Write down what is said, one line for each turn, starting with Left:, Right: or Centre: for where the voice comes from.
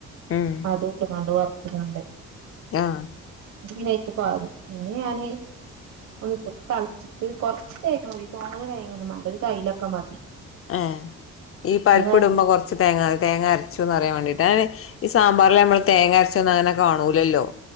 Left: ഉം
Right: അതൊട്ട് കടുവർ ത്രണ്ട്
Left: ആഹ്
Right: പിനക്ക് പാറും പിന്നെ ഞാന് ഒന്ന് തളിച്ചിട്ട് കൊറച്ച് തേങ്ങ മതി തോനെ തേങ്ങൊന്നും വേണ്ട ഒരു കയ്യിലൊക്കെ മതി
Left: ആ ഈ പരിപ്പ്
Right: നമ്മളെ
Left: ഇടുമ്പോ കൊറച്ച് തേങ്ങാ തേങ്ങ അരച്ചുന്ന് അറിയാൻ വേണ്ടീട്ട് അങ്ങന ഈ സാമ്പാറിൽ നമ്മള് തേങ്ങരച്ചോന്ന് അങ്ങനെ കാണൂലല്ലോ